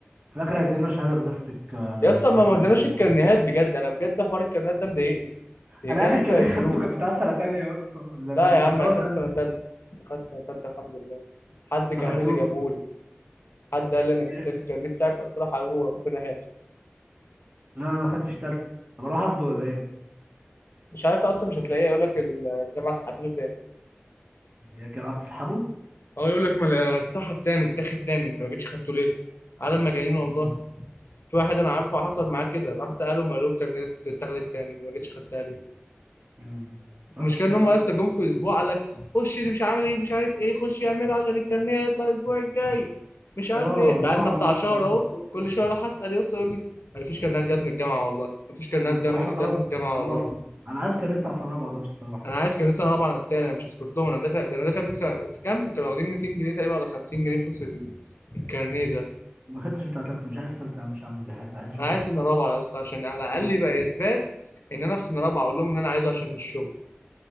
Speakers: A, on the right (about 40°); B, on the left (about 70°).
A: في الاخر هيدينا شهاده بلاستيك آه،
B: يا اسطى
A: زي
B: ما
A: بتاعت
B: مدناش
A: السبوع
B: الكرنيهات بجد انا بجد حوار الكرنيهات ده مضايقني لان
A: انا
B: انا
A: اخر
B: دافع
A: كان
B: الفلوس
A: <laughs> خدته كان بتاع سنه تانية يا اسطى ولا
B: لا
A: كان
B: يا عم
A: اه
B: انا خدت
A: تانية
B: سنه تالته انا خدت سنه تالته الحمد لله حد كمان
A: ما خدتوش
B: اللي جابهولي حد قال لي انا محتاج
A: لا
B: الكرنيه بتاعك قلت له حبيبي وربنا هات
A: انا ما خدتش تالتة طب اروح اخده ولا ايه؟
B: مش عارف اصلا مش هتلاقيه يقول لك الجامعه سحبته تاني
A: هي كان قعدت تسحبه
B: اه يقول لك ما اتسحب تاني اتاخد تاني انت ما جيتش خدته ليه عالم مجانين والله
A: امم
B: في واحد انا عارفه حصل معاه كده راح ساله ما قالوك كان اتاخدت تاني انت ما جيتش خدتها ليه
A: امم بس
B: المشكله
A: كنت
B: ان هم
A: بقول
B: اصلا
A: لك
B: جم في اسبوع قال لك خش اللي مش عامل ايه مش عارف ايه خش يعمله عشان الكارنيه يطلع الاسبوع الجاي مش عارف
A: اه
B: ايه
A: اللي
B: بقى
A: هو على
B: لنا بتاع
A: الموقع
B: شهر
A: وهو
B: اهو
A: الصوت.
B: كل شهر اروح اسال يا اسطى يقول لي ما فيش كارنيهات جت من الجامعه والله ما فيش كارنيهات
A: وإنت-
B: جم-
A: واحنا
B: جت
A: خلاص
B: من الجامعه
A: خلصنا
B: والله
A: انا عايز كان يطلع سنه رابعه ده بصراحه
B: انا عايز كانوا لسه رابعه عن التاني انا مش هسكت لهم انا دافع ده انا دافع في خ... كام كانوا واخدين 200 جنيه تقريبا ولا 50 جنيه فلوس ال- الكارنيه ده
A: ما خدتش بتاع تالتة مش عايز تالتة يا عم، مش هعمل بيها حاجة عايز رابعة
B: انا عايز سنه رابعه يا اسطى عشان على الاقل
A: وانا
B: يبقى اثبات ان انا في سنه رابعه اقول لهم ان انا عايزه عشان الشغل